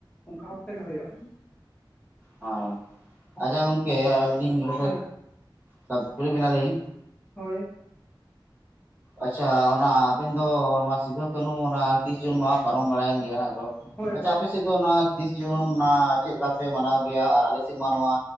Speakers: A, on the left; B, on the right.
A: ᱚᱱᱠᱟ ᱵᱟᱵᱷ ᱛᱮᱜᱮ ᱦᱩᱭᱩᱜᱼᱟ᱾
B: ᱦᱳᱭ, ᱟᱪᱪᱷᱟ ᱜᱚᱢᱠᱮ ᱟᱹᱞᱤᱧ ᱢᱤᱫ
A: ᱦᱮᱸ
B: ᱴᱟᱝ ᱠᱩᱞᱤ ᱵᱮᱱᱟᱹ ᱞᱤᱧ᱾
A: ᱦᱳᱭ᱾
B: ᱟᱪᱪᱷᱟ ᱚᱱᱟ ᱟᱵᱮᱱ ᱫᱚ ᱱᱚᱣᱟ ᱥᱤᱫᱩ ᱠᱟᱹᱱᱦᱩ ᱚᱱᱟ ᱛᱨᱤᱥ ᱡᱩᱱ ᱢᱟ ᱯᱟᱨᱚᱢ ᱵᱟᱲᱟᱭᱮᱱ ᱜᱮᱭᱟ᱾
A: ᱦᱳᱭ
B: ᱟᱪᱪᱷᱟ
A: ᱦᱳᱭ
B: ᱟᱯᱮ ᱥᱮᱫ ᱫᱚ ᱱᱚᱣᱟ ᱛᱤᱥ ᱡᱩᱱ ᱚᱱᱟ, ᱪᱮᱫ ᱞᱮᱠᱟ ᱯᱮ ᱢᱟᱱᱟᱣ ᱜᱮᱭᱟ? ᱟᱨ, ᱟᱞᱮ ᱥᱮᱫ ᱢᱟ ᱱᱚᱣᱟ